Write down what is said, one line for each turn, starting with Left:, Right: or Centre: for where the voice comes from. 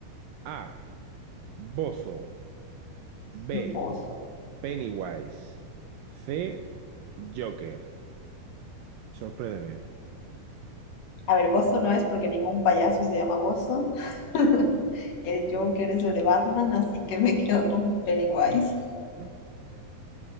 Right: A. Bozo. B.
Left: vos.
Right: Pennywise. C. Joker. Sorpréndeme.
Left: A ver, Bozo no es porque ningún payaso se llama Bozo. <laughs> El Joker es el de Batman, así que me quedo con Pennywise.
Right: Mm,